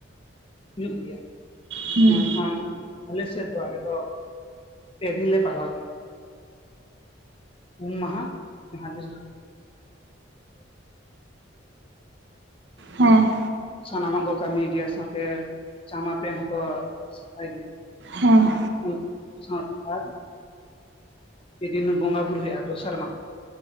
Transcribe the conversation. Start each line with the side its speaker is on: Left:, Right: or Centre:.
Left: ᱦᱩᱭᱩᱜ ᱜᱮᱭᱟ
Right: ᱦᱩᱸ
Left: ᱢᱮᱱᱠᱷᱟᱱ ᱟᱞᱮ ᱥᱮᱫ ᱫᱚ ᱟᱞᱮ ᱫᱚ ᱯᱮ ᱫᱤᱱ ᱞᱮ ᱯᱟᱞᱟᱣ ᱜᱮᱭᱟ ᱩᱢ ᱢᱟᱦᱟ ᱡᱟᱦᱟ ᱛᱤᱥ <inaudible>
Right: ᱦᱮᱸ
Left: ᱥᱟᱱᱟᱢᱟᱜ ᱠᱚ ᱠᱟᱹᱢᱤ ᱜᱮᱭᱟ ᱥᱟᱸᱶᱛᱮ ᱡᱟᱢᱟ ᱯᱮᱱ ᱦᱚᱸᱠᱚ ᱥᱟᱯᱷᱟᱭ ᱜᱮᱭᱟ
Right: ᱦᱮᱸ
Left: ᱩᱱ ᱥᱟᱸᱶ ᱟᱨ ᱯᱮᱫᱤᱱ ᱵᱚᱸᱜᱟ ᱵᱩᱨᱩ ᱦᱩᱭᱩᱜᱼᱟ ᱫᱚᱥᱟᱨᱢᱟ ᱫᱚ